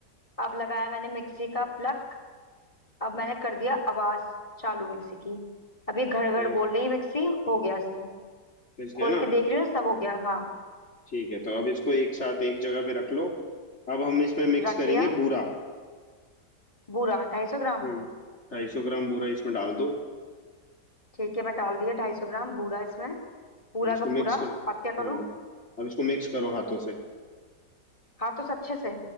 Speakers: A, on the left (about 20°); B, on the left (about 40°).
A: अब लगाया मैंने मिक्सी का प्लग अब मैंने कर दिया आवाज चालू मिक्सी की अब ये घड़ घड़
B: ये
A: बोल रही है मिक्सी हो गया इसमें
B: पिस
A: खोल
B: गया ना
A: के देख रही हूँ सब हो गया हाँ
B: ठीक है तो अब इसको एक साथ एक जगह पे रख लो अब हम इसमें मिक्स
A: रख
B: करेंगे
A: लिया
B: बूरा
A: बूरा ढाई सौ ग्राम
B: हम्म ढाई सौ ग्राम बूरा इसमें डाल दो
A: ठीक है मैं डाल दिया ढाई सौ ग्राम बूरा इसमें पूरा
B: अब इसको
A: का
B: मिक्स
A: पूरा
B: कर
A: अब क्या
B: हाँ
A: करूँ
B: अब इसको मिक्स करो हाथों से
A: हाथों से अच्छे से